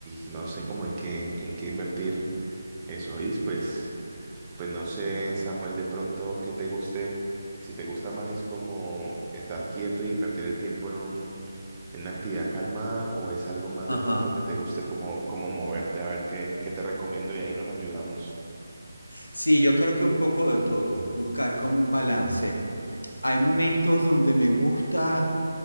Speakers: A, on the right; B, on the left.
A: y no sé cómo en qué, en qué invertir eso. Y pues Pues no sé, Samuel, de pronto que te guste. Si te gusta más es como estar quieto y invertir el tiempo en un, en una actividad calma o es algo más
B: Ajá.
A: de pronto que te guste como, como moverte a ver qué, qué te recomiendo y ahí nos ayudamos.
B: Sí, yo creo que un poco de todo, buscar como un balance. Hay momentos donde me gusta